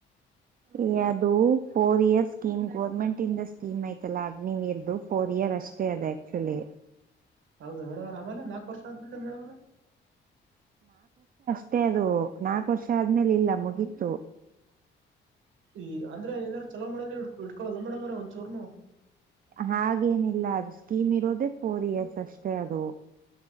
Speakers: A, on the right; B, on the right.
A: ಇ ಅದು ಫೋರ್ ಇಯರ್ ಸ್ಕೀಮ್ ಗೋರ್ಮೆಂಟ್ ಇಂದ ಸ್ಕೀಮ್ ಅಯ್ತಲ್ಲ ಅಗ್ನಿವೀರ್ದುು ಫೋರ್ ಇಯರ್ ಅಷ್ಟೇ ಅದು ಆಕ್ಚುಯಲ್ಲಿ
B: ಹೌದಾ ಮೇಡಮ್ಮೋರೆ ಆಮೇಲೆ ನಾಕ್ ವರ್ಷ ಆದ್ಮೇಲೆ ಮೇಡಮ್ಮೋರೆ
A: ತ್ತೆ ಅದು ನಾಕ್ ವರ್ಷ ಆದ್ಮೇಲೆ ಇಲ್ಲ ಮುಗೀತು.
B: ಈ ಅಂದ್ರೆ ಏನಾರು ಚಲೋ ಮಾಡಿದ್ರೆ ಇಟ್ಕೊಳಲ್ಲ ಮೇಡಮ್ಮೋರೆ ಒಂಚೂರ್ನು
A: ಹಾಗೇನಿಲ್ಲ ಅದು ಸ್ಕೀಮ್ ಇರೋದೆೇ ಫೋರ್ ಇಯರ್ಸ್ ಅಷ್ಟೇ ಅದು.